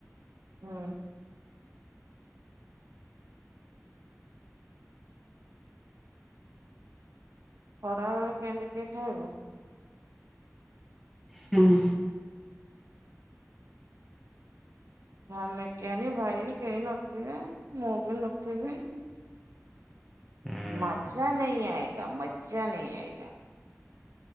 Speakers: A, on the right (about 75°); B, in the centre.
A: ହୁଁ। ଖରା ବେଳେ କେଣ କିଏ ଖାଇବ?
B: ହଁ <unintelligible>
A: ଭାମିକିନି ଭାଇ କେହି ନଥିବେ ମୁଁ ବି ନଥିବି।
B: ହୁଁ
A: ମଜା ନଁ ଆଏଗ ମଜା ନ ଆଏଗ।